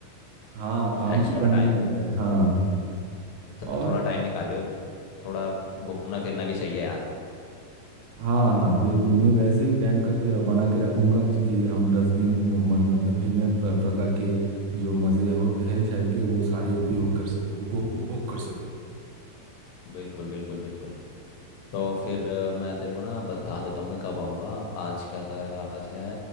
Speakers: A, on the right; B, on the left.
A: हाँ काम
B: एक्स्ट्रा
A: तो करना
B: टाइम
A: ही पड़ता है हाँ
B: तो
A: और
B: थोड़ा टाइम निकाल लियो थोड़ा घूमना फिरना भी चाहिए यार
A: हाँ हाँ बिल्कुल मैं वैसे ही प्लान करके बना के रखूंगा जी कि हम दस दिन मन मतलब भिन्न प्र- प्रकार के जो मज़े हो है शहर के वो सारे उपयोग कर सके उपभोग उपभोग कर सके
B: बिल्कुल बिल्कुल बिल्कुल तो फिर अ, मैं तेरे को ना बता देता हूँ मैं कब आऊँगा आज क्या था आज है